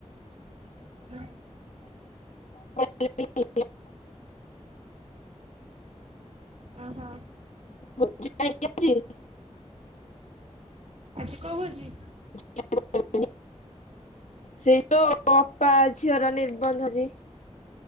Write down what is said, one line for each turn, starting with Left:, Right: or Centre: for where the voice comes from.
Right: ହ
Left: <unintelligible>
Right: ଓହୋ
Left: <unintelligible>
Right: ଆଜି କୋଉ ଭୋଜି?
Left: <unintelligible> ସେଇ ଯୋ ଅପା ଝିଅର ନିର୍ବନ୍ଧ ଆଜି।